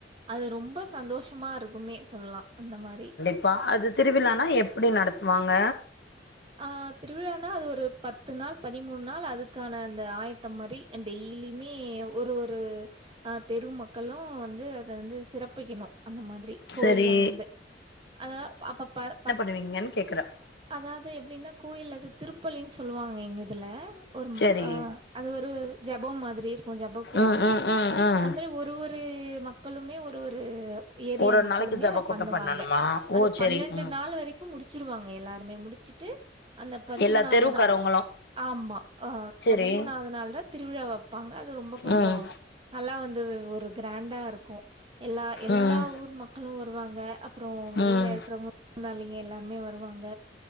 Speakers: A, on the right; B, on the left.
A: அது ரொம்ப சந்தோஷமா இருக்குமே சொல்லா அந்த மாரி
B: ப்ப அது திருவிழானா எப்டி நடத்துவாங்க
A: ஆ திருவிழானா அது ஒரு பத்து நாள் பதிமூணு நாள் அதுக்கான அந்த ஆ ய்த்தம் மாரி டெய்லியுமே ஒரு ஒரு அ தெரு மக்களும் வந்து அத வந்து சிறப்பிக்கணும் அந்த மாதிரி கோயில்ல
B: சரி
A: வந்து அத அப்ப ப ப
B: ங்கேன்னு கேக்குறேன்
A: அதாது எப்டின்னா கோயில்ல அது திருப்பலின்னு சொல்லுவாங்க எங்க இதுல ஒரு
B: சரி
A: அ அது ஒரு ஜெபம் மாதிரி இருக்கும் ஜெபம் கூட
B: ம்
A: மாதிரி
B: ம் ம் ம்
A: அந்த மாரி ஒ ரு ஒரு மக்களுமே ஒரு ஒரு ஏரியா
B: ஒரு ஒரு
A: மக்களுமே
B: நாளைக்கு ஜப
A: அத
B: கூட்டம்
A: பண்ணுவாங்க
B: பண்ணணுமா ஓ
A: அத
B: சரி
A: பன்னெண்டு
B: ம்
A: நாள் வரிக் க்கு முடிச்சிருவாங்க எல்லாருமே முடிச்சுட்டு அந்த பதிமூணாது
B: எல்லா தெருவுக்காரவங்களு
A: நாள் ஆமா அ
B: சரி
A: பதிமூணாவது நாள் தான் திருவிழா வைப்பாங்க அது ரொம்ப கொஞ்சம்
B: ம்
A: நல்லா வந்து ஒரு க்ராண்டா இருக்கும் எல்லா எல்லா
B: ம்
A: ஊர் மக்களும் வருவாங்க அப்புறம் வெளியில
B: ம்
A: இருக்கிறவங்க விருந்தாளிங்க எல்லாருமே வருவாங்க